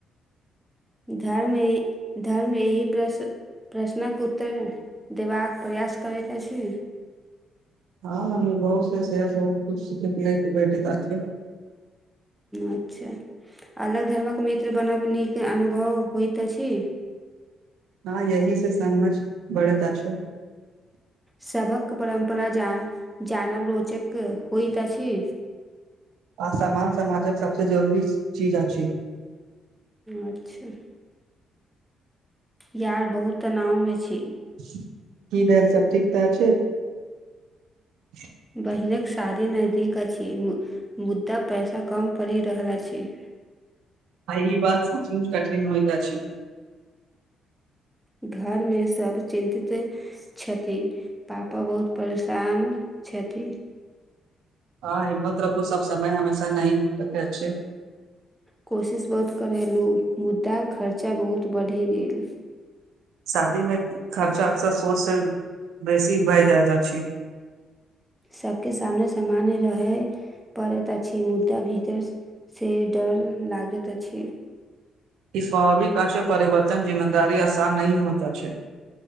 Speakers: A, in the centre; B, on the right.
A: धर्म ई धर्म एहि प्रश्न प्रश्नक उत्तर देबाक प्रयास करैत अछि
B: हँ अनुभव से से बहुत कछु सखय भेटैत अछि
A: अच्छा अलग धर्मक मित्र बनब नीक अनुभव होइत अछि
B: हँ यह से समझ बढ़ैत अछि
A: सबक परम्पर जान जानब रोचक होइत अछि
B: आसामान्य समाजक सभसँ जरूरी चीज अछि
A: अच्छा यार बहुत तनाव मे छी
B: की भेलन स ठीक ठक छै <inaudible>
A: बहिनक शादी नजदीक अछि मुद्दा पैसा कम पड़ि रहल अछि
B: आइ ई बाद सचमुच कठिन होइत अछि
A: घरमे सब चिन्तित छथि पापा बहुत परेशान छथि
B: हँ हिम्मत रखू सब समय हमेशा नहि तके अच्छे
A: कोशिश बहुत करेलहुँ मुद्दा खर्चा बहुत बढ़ि गेल
B: शादी मे खर्चा अक्सर सोच से बेसी भइ जाइत अछि
A: सबबके सामने सामान्य रहय पड़ैत अछि मुद्दा भीतर से ड त लागेत अछि
B: ई स्वभाविक आ छै परिवर्तन जिम्मेदारी आसान नय होता छै